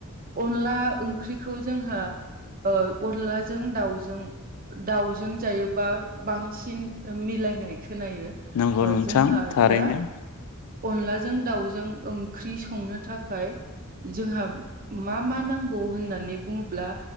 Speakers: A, on the right; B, on the left.
A: अनला ओंख्रिखौ जोंहा ओ अनलाजों दाउजों दाउजों जायोबा बांसिन मिलायनाय खोनायो
B: नंगौ
A: अजों
B: नोंथां
A: हारदा
B: थारैनो
A: अनलाजों दाउजों ओंख्रि संनो थाखाय जोंहा मा मा नांगौ होननानै बुङोब्ला